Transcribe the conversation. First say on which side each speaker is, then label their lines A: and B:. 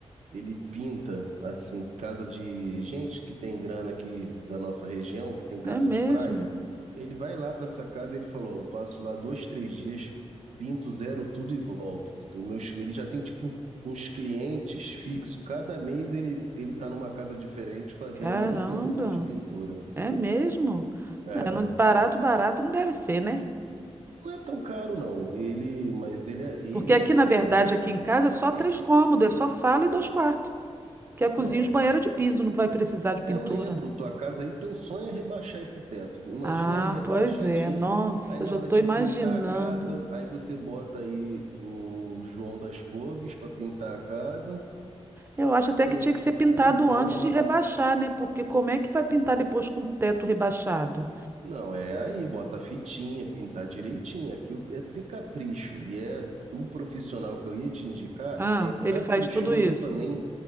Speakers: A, on the right (about 80°); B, on the right (about 20°).
A: ele pinta, assim, casa de gente que tem grana aqui da nossa região, que tem casa
B: é mesmo.
A: de praia. Ele vai lá para essa casa, ele falou, ó, eu passo lá dois, três dias, pinto, zero tudo e volto. Os meus- Ele já tem, tipo, uns clientes fixos. Cada mês ele, ele tá numa casa diferente fazendo
B: Caramba,
A: manutenção de pintura.
B: é mesmo.
A: É,
B: É, não- barato, barato não deve ser, né?
A: não é tão caro, não. Ele, mas ele é, ele
B: Porque aqui,
A: é assim,
B: na verdade,
A: é,
B: aqui em casa é só
A: ele,
B: três cômodos,
A: ele,
B: é só sala e dois quartos. Que é cozinha
A: é,
B: e os banheiros de piso, não vai precisar de pintura.
A: É, Eu lembro, tua casa aí, teu sonho é rebaixar esse teto. Imagina
B: Ah,
A: ele rebaixadinho,
B: pois é. Nossa,
A: aí na
B: já
A: hora
B: estou
A: de
B: imaginando.
A: pintar a casa, aí você bota aí o João das Couves para pintar a casa,
B: Eu acho até
A: ele
B: que tinha que ser pintado
A: vai e borra.
B: antes de rebaixar, né? Porque como é que vai pintar depois com o teto rebaixado?
A: Não, é aí, bota fitinha, pintar direitinho. Aquilo é ter capricho. E é o profissional que eu ia te indicar,
B: Ah,
A: é
B: ele
A: caprichoso
B: faz tudo isso.
A: também.